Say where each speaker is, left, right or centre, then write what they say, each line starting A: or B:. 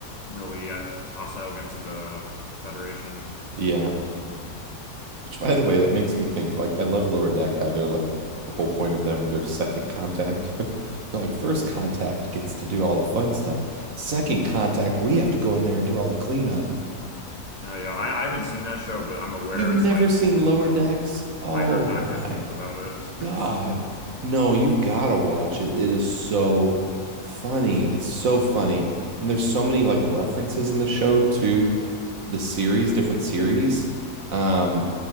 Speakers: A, on the left; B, on the right.
A: really uh, hostile against the Federation.
B: Yeah.
A: Um,
B: Which, by the way, that makes me think like I love Lower Deck, how they're like the whole point of them, their second contact. <laughs> They're like, first contact gets to do all the fun stuff. Second contact, we have to go in there and do all the cleanup.
A: no, yeah, I, I haven't seen that show, but I'm aware
B: You've never
A: it's like
B: seen Lower
A: no,
B: Decks? Oh
A: I heard not
B: my
A: good things about it.
B: God.
A: <laughs>
B: No, you've got to watch it. It is so funny. It's so funny. And there's so many like references in the show to the series, different series. Um,